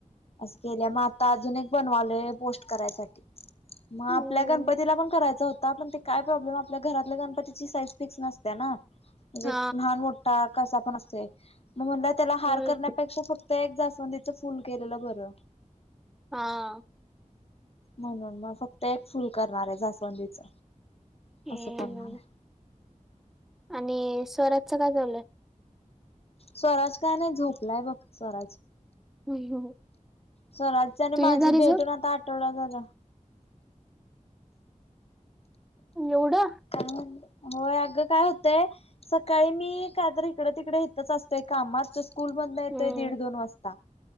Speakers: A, on the left (about 50°); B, in the centre.
A: अस केले मग आता अजून एक बनवालोय पोस्ट करायसाठी मग
B: हम्म
A: आपल्या गणपतीला पण करायचा होता पण ते काय प्रॉब्लेम आपल्या घरातल्या गणपतीची साईज फिक्स नसते ना म्हणजे
B: हा
A: लहान मोठा कसा पण असते मग म्हणलं त्याला हार
B: होय
A: करण्यापेक्षा फक्त एक जास्वंदीच फुल केलेलं बरं
B: हा
A: म्हणून मग फक्त एक फुल करणार आहे जास्वंदीच
B: हम्म
A: असं करणार आहे
B: आणि स्वराजचं काय चाललंय?
A: स्वराज काय नाही झोपलाय बघ स्वराज
B: <inaudible>
A: स्वराजची आणि
B: तुझी
A: माझी
B: झाली
A: भेटून
B: झोप
A: आता आठवडा झाला
B: एवढा
A: हम्म होय अगं काय होतंय सकाळी मी कायतर इकडे तिकडे इथेच असतय कामात स्कूल माधन येतोय
B: हम्म
A: दीड दोन वाजता,